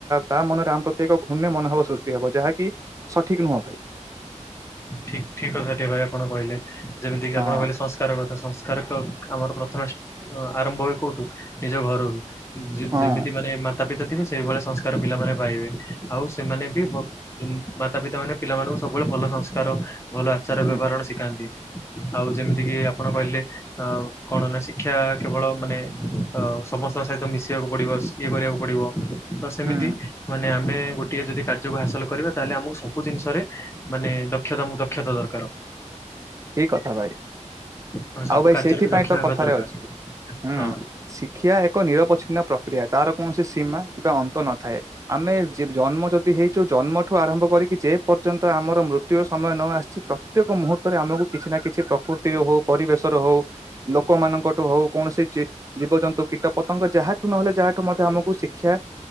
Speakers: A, on the right (about 25°); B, on the left (about 20°).
A: ତା ମନରେ ଆମ ପ୍ରତି, ଏକ ଘୃଣ୍ୟ ମନୋଭାବ ସୃଷ୍ଟି ହବ। ଯାହାକି ସଠିକ ନୁହଁ ଭାଇ।
B: ଠିକ ଠିକ କଥା ଟେ ଭାଇଏ ଆପଣ କହିଲେ। ଯେମିତି କିି
A: ହଁ
B: ଆପଣ କହିଲେ, ସଂସ୍କାର କଥା ସଂସ୍କାର ଆମର ପ୍ରଥମେ ଆରମ୍ଭ ହୁଏ କୋଉଠୁ, ନିଜ ଘରରୁ।
A: ହଁ
B: ଯେମିତି ମାନେ ମାତା ପିତା ଥିବେ, ସେଇଭଳିଆ ସଂସ୍କାର ପିଲାମାନେ ପାଇବେ। ଆଉ ସେମାନେ ବି, ମାତା ପିତା ମାନେ ପିଲାମାନଙ୍କୁ ସବୁବେଳେ ଭଲ ସଂସ୍କାର। ଭଲ ଆଚାର
A: ହୁଁ
B: ବ୍ୟବହାରଣ ଶିଖାନ୍ତି। ଆଉ ଯେମିତିକି ଆପଣ କହିଲେ ଆ କଣ, ହେ ନା ଶିକ୍ଷା କେବଳ। ମାନେ ଅ ସମସ୍ତଙ୍କ ସହିତ ମିଶିବାକୁ ପଡିବ। ଇଏ କରିବା ପଡିବ। ତ ସେମିତି
A: ହୁଁ
B: ମାନେ ଆମେ ଗୋଟଏ ଯଦି କାର୍ଯ୍ୟକୁ ହାସଲ କରିବା। ତାହେଲେ ଆମକୁ ସବୁ ଜିନିଷରେ ମାନେ ଦକ୍ଷତା <unintelligible> ଦରକାର।
A: ଠିକ୍ କଥା ଭାଇ।
B: ଆମେ ସବୁ
A: ଆଉ ଭାଇ
B: କାର୍ଯ୍ୟରେ
A: ସେଇଥିପାଇଁ
B: ବି ଦକ୍ଷ
A: ତ
B: ହେବା
A: କଥାରେ
B: ଦରକାର
A: ଅଛି। ହୁଁ।
B: ହଁ
A: ଶିକ୍ଷା ଏକ ନିରପଛ ପ୍ରକ୍ରିୟା। ତାର କୌଣସି ସୀମା କିମ୍ବା ଅନ୍ତ ନଥାଏ। ଆମେ ଜନ୍ ଯଦି ହେଇଛୁ। ଜନ୍ମଠୁ ଆରମ୍ଭ କରିକି, ଯେ ପର୍ଯ୍ୟନ୍ତ ଆମର ମୃତ୍ୟୁର ସମୟ ନ ଆସିଛି। ପ୍ରତ୍ୟେକ ମୁହୂତ୍ତ ଆମକୁ କିଛି ନା କିଛି ପ୍ରକୃତିର ହଉ, ପରିବେଶ ର ହଉ, ଲୋକମାନଙ୍କଠୁ ହଉ। କୌଣସି ଜୀବଜନ୍ତୁ, କୀଟ ପତଙ୍ଗ ଯାହା ନହେଲେ, ଯାହାଠୁ ମଧ୍ୟ ଆମକୁ ଶିକ୍ଷା